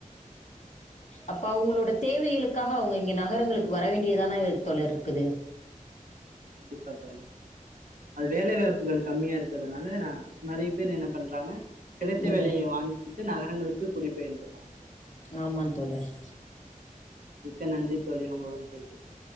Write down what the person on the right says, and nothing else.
ஆமா தோழி,
கண்டிப்பா தோழி. அது வேலை வாய்ப்புகள் கம்மியா இருக்கிறதுனால நா நெறைய பேர் என்ன பண்றாங்க கிடைத்த
வேலையை வாங்க்கிட்டு நகரங்களுக்கு குடிப்பெயர்ந்தர் தன் தோழி
மிக்க நன்றி தோழி உங்களுடன் பேச